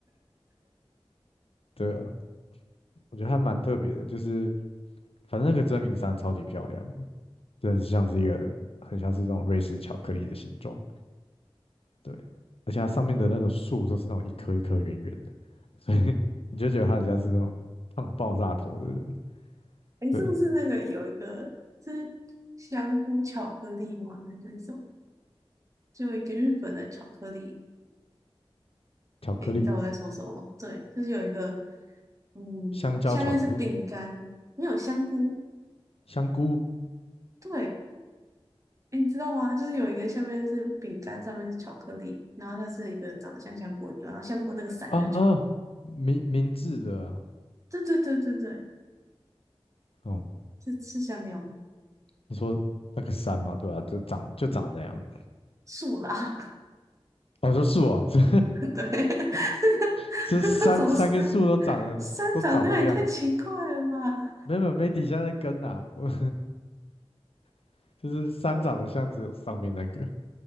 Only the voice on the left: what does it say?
对啊，我觉得还蛮特别的，就是反正那个真名山超级漂亮的真的像是一个很像是那种瑞士巧克力的形状。对，而且它上面的那种树都是那种一颗一颗圆圆的，所以 <laughs> 你就觉得它很像是那种胖爆炸头的人。
对，
巧克力、
香蕉、
巧克力、
香菇
啊啊，明明治的啊，
哦、
你说那个山嘛，对啊，就长就长那样。
我说树啊，<laughs> 这
这三三棵树都长得都长那个样子，
没有没有没底下那根呐、啊我 <laughs> 就是山长得像只有上面那个，